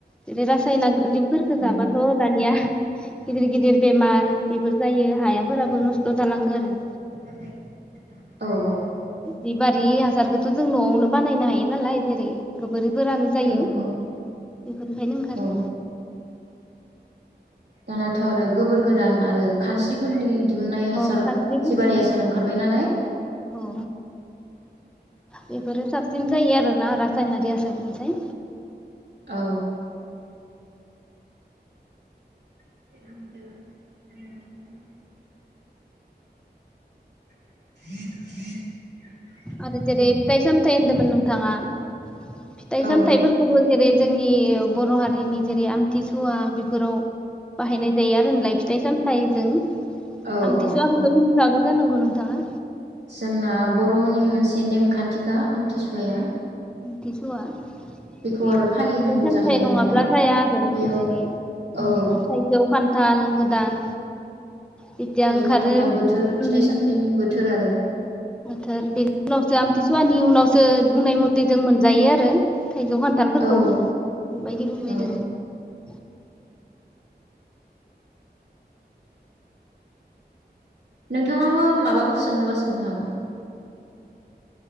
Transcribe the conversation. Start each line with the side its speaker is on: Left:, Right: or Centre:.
Centre: जेरै रास सायनारि फोरखौ जाबाथ'
Right: औ
Centre: दानिया गिदिर गिदिर बेमार बेफोर जायो हायाफोराबो नस्थ' जालाङो आरो।
Right: <unintelligible> औ औ।
Centre: जिबारि हासारखौथ' जों न'आवनो बानायनो हायो नालाय जेरै गोबोर फोरानो जायो
Right: औ
Centre: बेफोरनिफ्रायनो
Right: औ
Centre: ओंखारो।
Right: औ दानाथ' आरो गोबोर गोरान आरो खानस्रिफोरनि दिहुननाय हासार
Centre: अ खानस्रिफोरनि
Right: जिबारि हासार ओंखारबाय नालाय।
Centre: औ बेफोरो साबसिन जायो आरो ना रासायनारि हासार निफ्राय।
Right: औ। <unintelligible> <unintelligible>
Centre: आरो जेरै फिथाइ सामथाइ होनदोंमोन नोंथाङा फिथाइ
Right: औ
Centre: सामथाइ फोरखौबो जेरै जोंनि बर' हारिनि जेरै आमथिसुवा बेफोराव बाहायनाय जायो आरो नालाय फिथाइ सामथाइ जों
Right: औ
Centre: आमथिसुवाखौथ'
Right: औ औ
Centre: मिथिखागौ जानांगौ नोंथाङा।
Right: जोंना बर'नि मोनसे नेम खान्थिखा आमथिसुवाया।
Centre: थिसुवा।
Right: बेखौ
Centre: बेयाव
Right: आरो फालिनांगौ
Centre: फिथाइ सामथाइ
Right: जाखायो
Centre: नङाब्ला
Right: नालाय
Centre: जाया आरो
Right: बेयाव
Centre: जेरै ओ
Right: औ
Centre: थाइजौ खान्थाल गोदान जेथिया
Right: थाइजौ
Centre: ओंखारो
Right: खान्थाल बोथोर
Centre: उम
Right: फिथाइ सामथायाइनि बोथोर आरो
Centre: बोथोर बेनि उनावसो आमथिसुवानि उनावसो बुंनाय मते जों मोनजायो आरो। थाइजौ खान्थालफोरखौ
Right: औ
Centre: बेबायदि बुंनाय
Right: औ
Centre: दोङो।
Right: नोंथाङाबो माबाफोर सोंनोबा सोंनो हागोन।